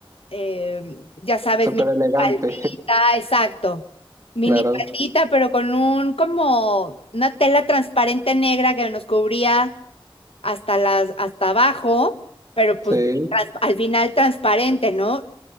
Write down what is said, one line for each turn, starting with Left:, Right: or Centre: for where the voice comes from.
Left: eh, ya sabes,
Right: Súper
Left: minifaldita,
Right: elegante,
Left: exacto. Minifaldita,
Right: <laughs> claro,
Left: pero con un como una tela transparente negra que nos cubría hasta las, hasta abajo, pero pues
Right: sí,
Left: trans- al final transparente, ¿no? O